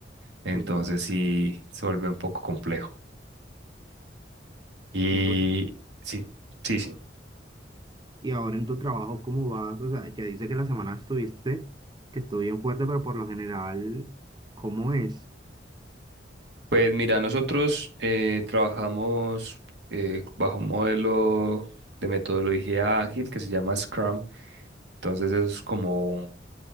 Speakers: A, on the right; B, on the right.
A: Entonces
B: Sí,
A: sí se vuelve un poco complejo. Y
B: 100%.
A: sí, sí, sí.
B: Y ahora en tu trabajo, ¿cómo vas? O sea, ya dice que la semana estuviste, que estuvo bien fuerte, pero por lo general, ¿cómo es?
A: Pues mira, nosotros eh, trabajamos eh, bajo un modelo de metodología ágil que se llama Scrum. Entonces es como,